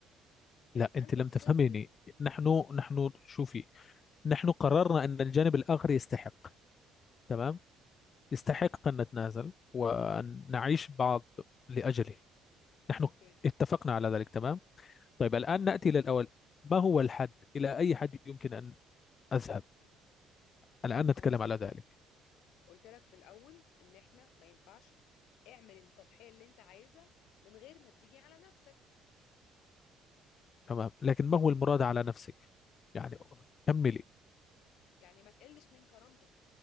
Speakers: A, on the left; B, on the left.
A: فيبقى
B: لا أنت
A: انت
B: لم
A: خسرت
B: تفهميني
A: إن-
B: نحن نحن شوفي نحن قررنا أن الجانب الآخر يستحق تمام يستحق أن نتنازل وأن
A: ماشي
B: نعيش بعض لأجله نحن
A: اوكي
B: اتفقنا على ذلك تمام طيب
A: اوكي
B: الآن نأتي إلى الأول ما هو الحد إلى أي حد يمكن أن أذهب الآن نتكلم
A: انا س- قلت
B: على ذلك
A: قلت لك في الاول ان احنا ما ينفعش اعمل التضحية اللي انت عايزها من غير ما تيجي على نفسك
B: تمام لكن ما هو المراد على نفسك يعني كملي
A: يعني ما تقلش من كرامتك